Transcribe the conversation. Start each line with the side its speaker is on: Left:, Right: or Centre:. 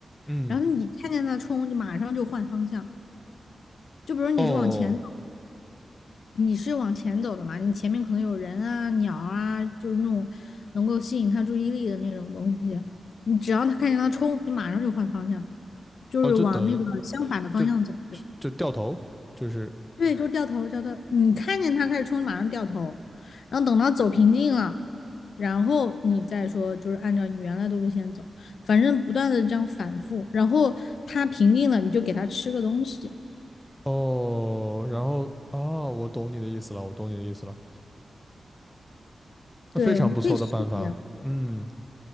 Centre: 嗯，
Left: 然后你看见它冲，你马上就换方向，就比如你是往前走。
Centre: 哦
Left: 你是往前走的嘛，你前面可能有人啊、鸟啊，就是那种能够吸引他注意力的那种东西。你只要他看见他冲，你马上就换方向，就是往那个相反的方向走。
Centre: 哦，就等于就
Left: 对
Centre: 就掉头，就是
Left: 对，就掉头掉头。你看见他开始冲，马上掉头，然后等到走平静了，然后你再说，就是按照你原来的路线走，反正不断的这样反复。然后他平静了，你就给他吃个东西。
Centre: 哦，然后啊，我懂你的意思了，我懂你的意思了，
Left: 对，
Centre: 非常不错的办法，
Left: 你可以试一下。
Centre: 嗯，